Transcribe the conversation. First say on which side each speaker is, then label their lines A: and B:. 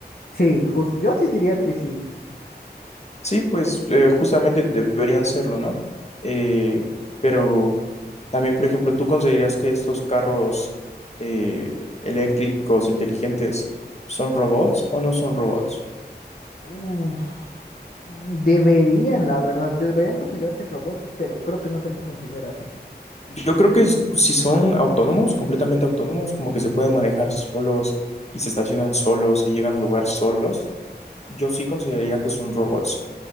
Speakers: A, on the left; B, on the left.
A: Sí, jus- yo sí diría que sí.
B: Sí, pues eh, justamente deberían serlo, ¿no? Eh, pero también, por ejemplo, ¿tú considerarías que estos carros eh, eléctricos inteligentes son robots o no son robots?
A: Uf, mm, deberían, la verdad, que deberían considerarse robots, pero creo que no se les considera así.
B: Yo creo que es- si son autónomos, completamente autónomos, como que se pueden manejar solos y se estacionan solos y llegan al lugar solos, yo sí consideraría que son robots.